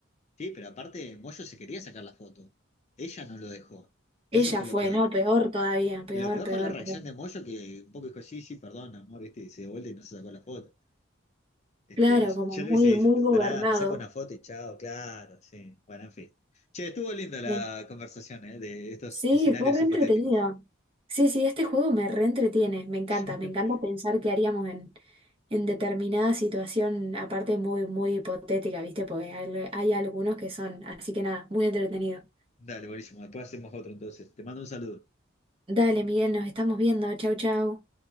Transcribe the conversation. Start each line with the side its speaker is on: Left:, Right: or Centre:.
Left: Sí, pero aparte, Moyo se quería sacar la foto. Ella no lo dejó.
Right: Ella
Left: Eso fue
Right: fue,
Left: lo peor.
Right: ¿no? Peor todavía, peor,
Left: Y lo peor
Right: peor,
Left: fue la reacción
Right: peor.
Left: de Moyo que un poco dijo, sí, sí, perdón, amor, viste, y se dio vuelta y no se sacó la foto. Este,
Right: Claro, como
Left: yo
Right: muy,
Left: le hubiese dicho,
Right: muy gobernado.
Left: pará, me saco una foto y chao, claro, sí. Bueno, en fin. Che, estuvo linda la
Right: Sí,
Left: conversación, eh, de estos
Right: Sí,
Left: escenarios
Right: fue re entretenido.
Left: hipotéticos.
Right: Sí, sí, este juego me reentretiene, me encanta,
Left: <laughs>
Right: me encanta pensar qué haríamos en, en determinada situación, aparte muy, muy hipotética, ¿viste? Porque hay, hay algunos que son, así que nada, muy entretenido.
Left: Dale, buenísimo, después hacemos otro entonces. Te mando un saludo.
Right: Dale, Miguel, nos estamos viendo, chau, chau.